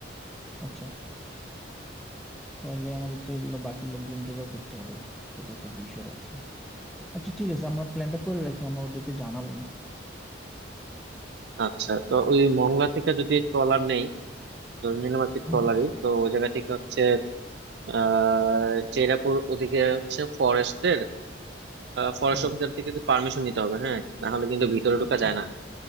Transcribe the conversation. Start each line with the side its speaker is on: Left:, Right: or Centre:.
Centre: আচ্ছা তাহলে আমাদের তো এগুলো বাকি লোকজন জোগাড় করতে হবে এটা তো একটা বিষয় আছে আচ্ছা ঠিক আছে আমরা প্ল্যানটা করে রাখি আমরা ওদেরকে জানাবো না
Right: আচ্ছা তো ওই মংলা থেকে যদি ট্রলার নেই ধরে নিলাম আর কি
Centre: হুম
Right: ট্রলারই তো ওই জায়গা থেকে হচ্ছে আহ চেরাপুর ওদিকে হচ্ছে ফরেস্টের ফরেস্ট
Centre: হুম
Right: অফিসার থেকে পারমিশন নিতে হবে হ্যাঁ না হলে কিন্তু ভিতরে ঢোকা
Centre: আচ্ছা
Right: যায়
Centre: আচ্ছা
Right: না